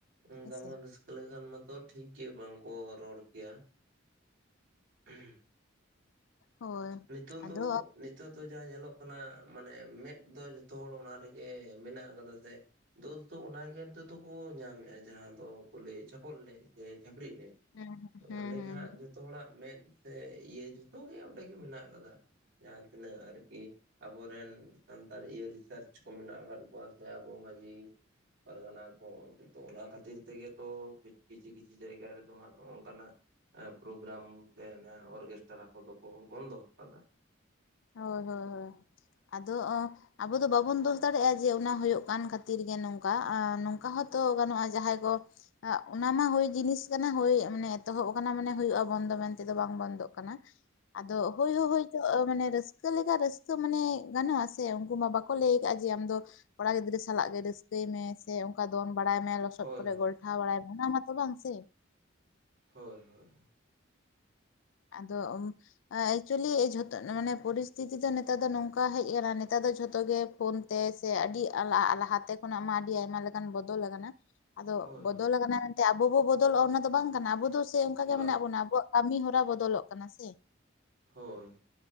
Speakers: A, on the right; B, on the left.
A: ᱚᱱᱠᱟ
B: ᱦᱮᱸᱥᱮ
A: ᱵᱚᱱ ᱨᱟᱹᱥᱠᱟᱹ ᱞᱮᱠᱷᱟᱱ ᱢᱟᱛᱚ ᱴᱷᱤᱠ ᱜᱮ ᱵᱟᱝᱠᱚ ᱨᱚᱲ ᱠᱮᱭᱟ <unintelligible>
B: ᱦᱳᱭ
A: ᱱᱤᱛᱚᱜ
B: ᱟᱫᱚ
A: ᱫᱚ᱾ ᱱᱤᱛᱚᱜ ᱫᱚ ᱡᱟᱦᱟᱸ ᱧᱮᱞᱚᱜ ᱠᱟᱱᱟ, ᱢᱟᱱᱮ ᱢᱮᱫ ᱫᱚ ᱡᱚᱛᱚ ᱦᱚᱲ ᱚᱱᱟ ᱨᱮᱜᱮ ᱢᱮᱱᱟᱜ ᱟᱠᱟᱫᱟ ᱥᱮ, ᱫᱳᱥ ᱫᱚ ᱚᱱᱟᱜᱮ ᱱᱤᱛᱚᱜ ᱫᱚᱠᱚ ᱧᱟᱢᱮᱫ-ᱟ᱾ ᱡᱟᱦᱟᱸ ᱫᱚ ᱠᱚ ᱞᱟᱹᱭᱮᱫ ᱪᱷᱟᱯᱚᱞ ᱮᱱᱮᱡ ᱥᱮ ᱪᱷᱟᱹᱯᱨᱤ ᱮᱱᱮᱡ᱾
B: ᱦᱩᱸ ᱦᱩᱸ
A: ᱚᱸᱰᱮ
B: ᱦᱩᱸ
A: ᱜᱮ ᱦᱟᱸᱜ ᱡᱚᱛᱚ ᱦᱚᱲᱟᱜ ᱢᱮᱸᱫ ᱥᱮ ᱤᱭᱟᱹ ᱡᱚᱛᱚ ᱜᱮ ᱚᱸᱰᱮ ᱜᱮ ᱢᱮᱱᱟᱜ ᱟᱠᱟᱫᱟ᱾ ᱡᱟᱦᱟᱸ ᱛᱤᱱᱟᱹᱜ ᱟᱹᱨᱠᱤ, ᱟᱵᱚᱨᱮᱱ ᱥᱟᱱᱛᱟᱲ ᱤᱭᱟᱹ ᱨᱤᱥᱟᱨᱪ ᱠᱚ ᱢᱮᱱᱟᱜ ᱟᱠᱟᱫ ᱠᱚᱣᱟ᱾ ᱥᱮ ᱟᱵᱚ ᱢᱟᱺᱡᱷᱤ ᱯᱟᱨᱜᱟᱱᱟ᱾ ᱦᱳᱭ ᱡᱷᱚᱛᱚ ᱚᱱᱟ ᱠᱷᱟᱹᱛᱤᱨ ᱛᱮᱜᱮ ᱛᱚ ᱠᱤᱪᱷᱤ ᱠᱤᱪᱷᱤ ᱡᱟᱭᱜᱟ ᱨᱮᱫᱚ ᱦᱟᱸᱜ ᱱᱚᱜ-ᱚ ᱱᱚᱝᱠᱟ ᱱᱟᱜ᱾ ᱯᱨᱳᱜᱨᱟᱢ ᱥᱮ ᱚᱨᱜᱮᱥᱴᱨᱟ ᱠᱚᱫᱚ ᱠᱚ ᱵᱚᱱᱫᱚ ᱟᱠᱟᱫᱟ᱾ <inaudible>
B: ᱦᱳᱭ ᱦᱳᱭ ᱦᱳᱭ ᱟᱫᱚ ᱚᱸ ᱟᱵᱚ ᱫᱚ ᱵᱟᱵᱚᱱ ᱫᱳᱥ ᱫᱟᱲᱮᱭᱟᱜᱼᱟ ᱡᱮ ᱚᱱᱟ ᱦᱩᱭᱩᱜ ᱠᱟᱱ ᱠᱷᱟᱹᱛᱤᱨ ᱜᱮ ᱱᱚᱝᱠᱟ, ᱟᱸ ᱱᱚᱝᱠᱟ ᱦᱚᱸᱛᱚ ᱜᱟᱱᱚᱜᱼᱟ ᱡᱟᱦᱟᱸᱭ ᱠᱚ ᱚᱱᱟ ᱢᱟ ᱦᱳᱭ ᱡᱤᱱᱤᱥ ᱠᱟᱱᱟ ᱦᱳᱭ ᱢᱟᱱᱮ ᱮᱛᱚᱦᱚᱵ ᱟᱠᱟᱱᱟ ᱢᱟᱱᱮ ᱦᱩᱭᱩᱜᱼᱟ ᱵᱚᱱᱫᱚ ᱢᱮᱱᱛᱮᱫᱚ ᱵᱟᱝ ᱵᱚᱱᱫᱚᱜ ᱠᱟᱱᱟ᱾ ᱟᱫᱚ ᱦᱳᱭ ᱦᱚ ᱦᱳᱭ ᱠᱚ ᱢᱟᱱᱮ ᱨᱟᱹᱥ ᱨᱟᱹᱥᱠᱟᱹ ᱞᱮᱠᱟ ᱨᱟᱹᱥᱠᱟᱹ ᱢᱟᱱᱮ ᱜᱟᱱᱚᱜ-ᱟ ᱥᱮ, ᱩᱱᱠᱩ ᱢᱟ ᱵᱟᱠᱚ ᱞᱟᱹᱭ ᱟᱠᱟᱫᱼᱟ ᱡᱮ ᱟᱢᱫᱚ ᱠᱚᱲᱟ ᱜᱤᱫᱽᱨᱟᱹ ᱥᱟᱞᱟᱜ ᱜᱮ ᱨᱟᱹᱥᱠᱟᱹᱭ ᱢᱮ ᱥᱮ ᱚᱱᱠᱟ ᱫᱚᱱ ᱵᱟᱲᱟᱭ ᱢᱮ ᱞᱚᱥᱚᱫ
A: ᱦᱳᱭ
B: ᱠᱚᱨᱮ
A: ᱦᱳᱭ
B: ᱜᱚᱞᱴᱷᱟᱣ ᱵᱟᱲᱟᱭ ᱢᱮ ᱚᱱᱟ ᱢᱟᱛᱚ ᱵᱟᱝ ᱥᱮ᱾
A: ᱦᱳᱭ ᱦᱳᱭ᱾
B: ᱟᱫᱚ ᱮᱠᱪᱩᱭᱮᱞᱤ ᱡᱷᱚᱛᱚ ᱢᱟᱱᱮ ᱯᱚᱨᱤᱥᱛᱷᱤᱛᱤ ᱱᱮᱛᱟᱨ ᱫᱚ ᱱᱚᱝᱠᱟ ᱦᱮᱡ ᱟᱠᱟᱱᱟ ᱱᱮᱛᱟᱨ ᱫᱚ ᱡᱷᱚᱛᱚ ᱜᱮ ᱯᱷᱳᱱ ᱛᱮ ᱥᱮ ᱟᱹᱰᱤ ᱟᱞᱟ ᱞᱟᱦᱟᱛᱮ ᱠᱷᱚᱱᱟᱜ ᱢᱟ ᱟᱹᱰᱤ ᱟᱭᱢᱟ ᱞᱮᱠᱟᱱ ᱵᱚᱫᱚᱞ ᱟᱠᱟᱱᱟ᱾ ᱟᱫᱚ
A: ᱦᱳᱭ
B: ᱵᱚᱫᱚᱞ
A: ᱦᱳᱭ
B: ᱟᱠᱟᱱᱟ ᱢᱮᱱᱛᱮ ᱟᱵᱚ ᱵᱚ ᱵᱚᱫᱚᱞᱚᱜᱼᱟ, ᱚᱱᱟ ᱫᱚ ᱵᱟᱝ ᱠᱟᱱᱟ ᱟᱵᱚ ᱫᱚ ᱥᱮ ᱚᱱᱠᱟ
A: ᱵᱟ
B: ᱜᱮ ᱢᱮᱱᱟᱜ
A: ᱵᱟ
B: ᱵᱚᱱᱟ ᱟᱵᱚᱣᱟᱜ ᱠᱟᱹᱢᱤ ᱦᱚᱨᱟ ᱵᱚᱫᱚᱞᱚᱜ ᱠᱟᱱᱟ ᱥᱮ᱾
A: ᱦᱳᱭ᱾